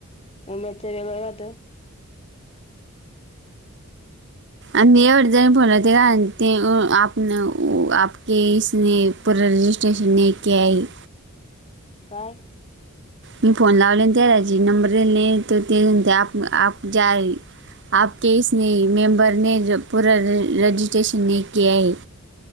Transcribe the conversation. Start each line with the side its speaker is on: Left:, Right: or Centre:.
Left: उमेदच वेगळ राहत.
Right: अ मी एवढे जन फोन येते का अ तेअं आप न ओ आप के इसने. पूरा रजिस्ट्रेशन ने क्या आई.
Left: काय?
Right: मी फोन लावलेना त्या जे नंबर दिले त ते आप आप ज्या आहे.... आप के इसने मेंबरने पूरा रज रजिस्ट्रेशन नाही किया हे.